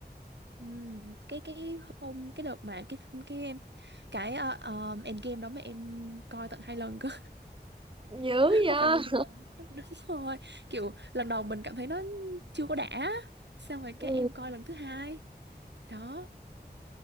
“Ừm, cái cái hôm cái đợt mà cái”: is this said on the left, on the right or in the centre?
Right